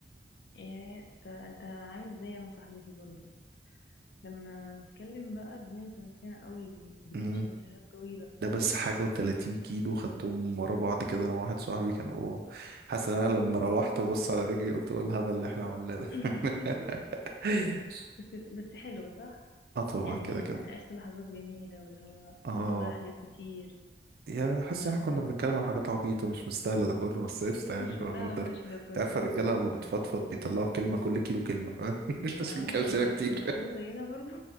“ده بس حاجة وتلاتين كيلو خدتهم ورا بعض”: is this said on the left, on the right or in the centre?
Right